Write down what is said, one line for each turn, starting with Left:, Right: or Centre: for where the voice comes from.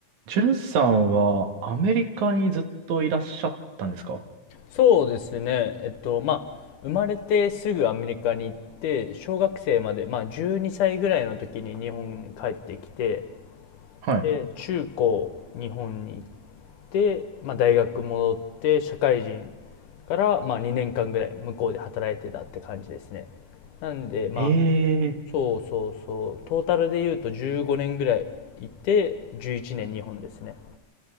Right: ジュンさんはアメリカにずっといらっしゃったんですか
Left: そうですね。えっと、まあ、生まれてすぐアメリカに行って、小学生まで、まあ、12歳ぐらいの時に日本に帰ってきて、
Right: はい。
Left: で、中高、日本に行って、まあ、大学戻って、社会人から、まあ、2年間ぐらい向こうで働いてたって感じですね。なんで、まあ、
Right: ええ
Left: そうそうそう、トータルで言うと15年ぐらいいて、11年日本ですね。